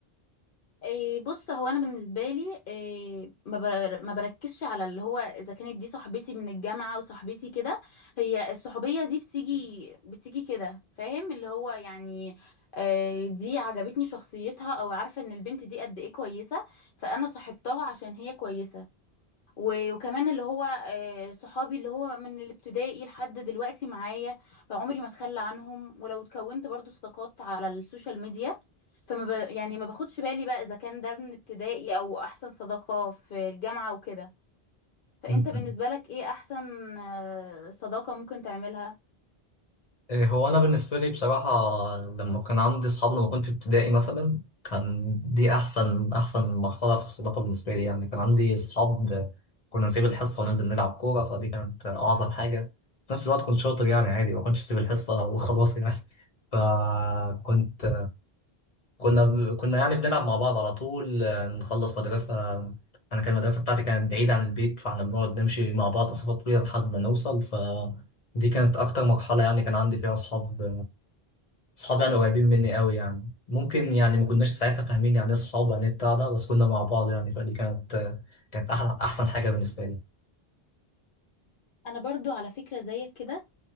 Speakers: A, on the left (about 60°); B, on the left (about 35°).
A: إيه بص هو انا بالنسبه لي إيه ما بر- ما بركزش على اللي هو اذا كانت دي صاحبتي من الجامعه وصاحبتي كده هي الصحوبيه دي بتيجي بتيجي كده فاهم اللي هو يعني إيه دي عجبتني شخصيتها او عارفه ان البنت دي قد ايه كويسه فانا صاحبتها عشان هي كويسه و- وكمان اللي هو آه، صحابي اللي هو من الابتدائي لحد دلوقتي معايا فعمري ما اتخلى عنهم ولو اتكونت برضو صداقات على السوشيال ميديا فما ب... يعني ما باخدش بالي بقى اذا كان ده من ابتدائي او احسن صداقة في الجامعة وكده فانت
B: لك؟
A: بالنسبة لك ايه احسن آه، صداقة ممكن تعملها
B: إيه، هو انا بالنسبه لي بصراحه لما كان عندي اصحاب لما كنت في ابتدائي مثلا كان دي احسن احسن مرحله في الصداقه بالنسبه لي يعني كان عندي اصحاب كنا نسيب الحصه وننزل نلعب كوره فدي كانت اعظم حاجه في نفس الوقت كنت شاطر يعني عادي ما كنتش اسيب الحصه وخلاص يعني <laughs> فكنت كنا كنا يعني بنلعب مع بعض على طول نخلص مدرسه انا كان المدرسه بتاعتي كانت بعيده عن البيت فاحنا بنقعد نمشي مع بعض مسافه طويله لحد ما نوصل ف دي كانت أكتر مرحلة يعني كان عندي فيها أصحاب صحابي يعني قريبين مني قوي يعني ممكن يعني ما كناش ساعتها فاهمين يعني ايه صحاب يعني إيه بتاع ده بس كنا مع بعض يعني فدي كانت كانت احلى احسن حاجه بالنسبه لي
A: انا برضو على فكرة زيك كده